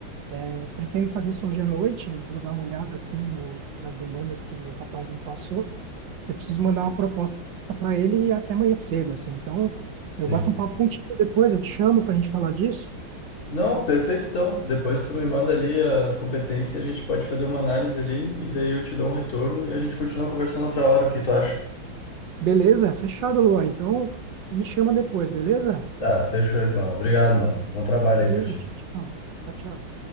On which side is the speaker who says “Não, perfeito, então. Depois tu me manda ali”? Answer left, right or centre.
Left